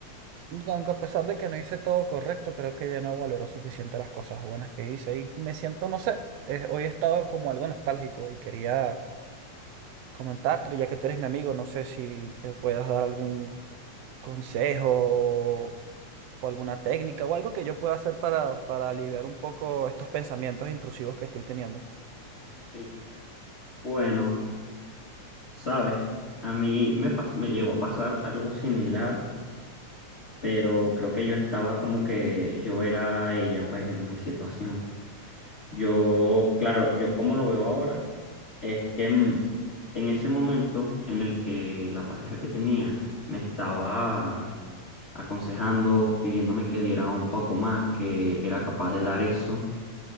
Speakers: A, on the right; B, on the left.
A: aunque a pesar de que no hice todo correcto, creo que ella no valoró suficiente las cosas buenas que hice y me siento, no sé, eh, hoy he estado como algo nostálgico y quería comentarte, ya que tú eres mi amigo, no sé si me puedas dar algún consejo o o alguna técnica o algo que yo pueda hacer para, para aliviar un poco estos pensamientos intrusivos que estoy teniendo.
B: Sí. Bueno, sabes, a mí me pas- me llegó a pasar algo similar, pero creo que yo estaba como que yo era ella, pues, en mi situación. Yo, claro, yo como lo veo ahora, es que mm, en ese momento en el que la pareja que tenía me estaba aconsejando, pidiéndome que diera un poco más, que era capaz de dar eso,